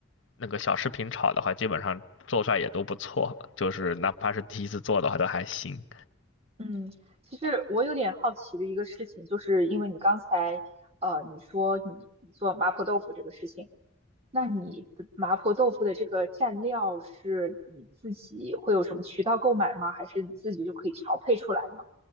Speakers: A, on the left; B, on the right.
A: 那个小视频炒的话，基本上做出来也都不错，就是哪怕是第一次做的话都还行。
B: 嗯，其实我有点好奇的一个事情，就是因为你刚才呃你说你你做麻婆豆腐这个事情，那你的麻婆豆腐的这个蘸料是你自己会有什么渠道购买吗？还是你自己就可以调配出来呢？